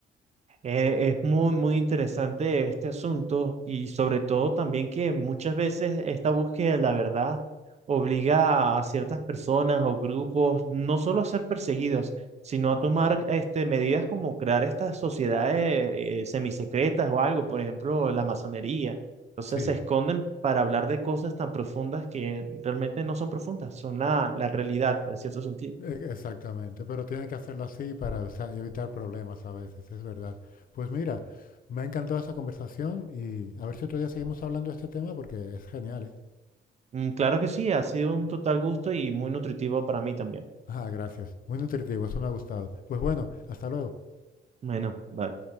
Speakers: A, on the right; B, on the left.
A: Eh, es muy, muy interesante este asunto y sobre todo también que muchas veces esta búsqueda de la verdad obliga a ciertas personas o grupos no solo a ser perseguidos, sino a tomar este, medidas como crear estas sociedades eh, semisecretas o algo, por ejemplo, la masonería. Entonces
B: Sí,
A: se esconden para hablar de cosas tan profundas que realmente no son profundas, son la, la realidad en cierto sentido.
B: e- exactamente, pero tienen que hacerlo así para o sea, evitar problemas a veces, es verdad. Pues mira, me ha encantado esta conversación y a ver si otro día seguimos hablando de este tema porque es genial, ¿eh?
A: Mm, Claro que sí, ha sido un total gusto y muy nutritivo para mí también.
B: Ah, gracias. Muy nutritivo, eso me ha gustado. Pues bueno, hasta luego.
A: Bueno, vale.